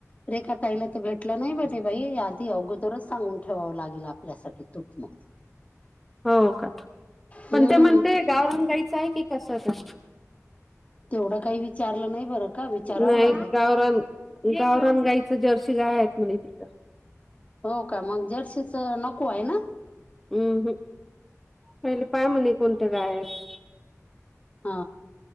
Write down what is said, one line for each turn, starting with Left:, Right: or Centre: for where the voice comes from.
Left: रेखा ताईला तर भेटलं नाही म्हणे बाई आधी अगोदरच सांगून ठेवावं लागेल आपल्यासाठी तुप मग.
Centre: हो का पण
Left: हम्म
Centre: ते म्हणते गावरान गाईचं आहे की कशाचयं.
Left: तेवढं काही विचारलं नाही बरं. का विचारावं
Centre: नाही
Left: लागेल
Centre: गावरान गावरान गाईचं जर्शी गाया आहेत, म्हणे तिथं.
Left: हो का मगं जर्सीच नको आहे ना.
Centre: अंम्म हंम्म पहिले पाय म्हणे कोणत्या गाय आहेत.
Left: आ.